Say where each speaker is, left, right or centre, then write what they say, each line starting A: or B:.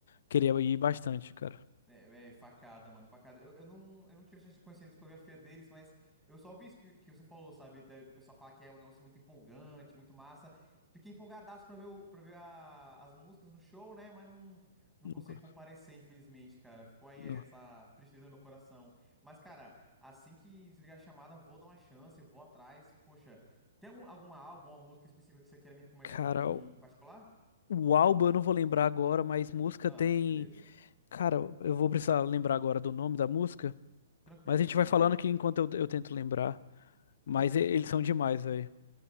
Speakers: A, on the left; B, in the centre.
A: queria ir bastante, cara.
B: É, véi, facada, mano, facada. Eu, eu, não, eu não tive chance de conhecer a discografia deles, mas eu só vi isso que, que você falou, sabe? da- Do pessoal falar que é um negócio muito empolgante, muito massa. Fiquei empolgadaço pra ver, o, pra ver a- as músicas no show, né? Mas não, não
A: Nunca-
B: consegui comparecer, infelizmente, cara. Ficou aí
A: não.
B: essa tristeza no meu coração. Mas, cara, assim que desligar a chamada, vou dar uma chance, vou atrás. Poxa, tem algum, algum álbum, uma música específica que você queira me recomendar
A: Cara,
B: em,
A: o
B: em particular?
A: o álbum eu não vou lembrar agora, mas música
B: Ah,
A: tem.
B: beleza.
A: Cara, eu vou precisar lembrar agora do nome da música,
B: Tranquilo,
A: mas a
B: tranquilo.
A: gente vai falando aqui enquanto eu, eu tento lembrar. Mas
B: Tudo bem.
A: e- eles são demais, velho.